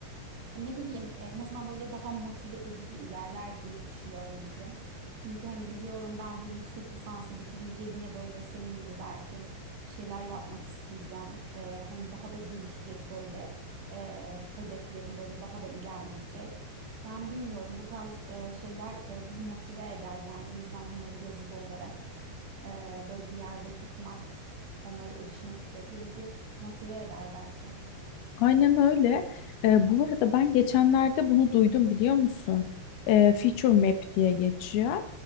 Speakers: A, on the right (about 85°); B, on the left (about 75°).
A: Hani ne bileyim e, en azından böyle daha motive edici ilerler diye düşünüyorum bizim. Çünkü hani biliyorum ben bu yüksek lisansı bitirince yine böyle senin gibi belki bir şeyler yapmak isteyeceğim. E, hani daha da gelişecek böyle e, hedeflerim böyle daha da ilerleyecek. Yani bilmiyorum bu tarz e, şeyler e, bizi motive eder. Yani en azından bunları yazılı olarak e, böyle bir yerde tutmak, onlara erişmek sürekli bizi motive eder bence.
B: Aynen öyle. Ee, bu arada ben geçenlerde bunu duydum biliyor musun? Ee, Feature Map diye geçiyor.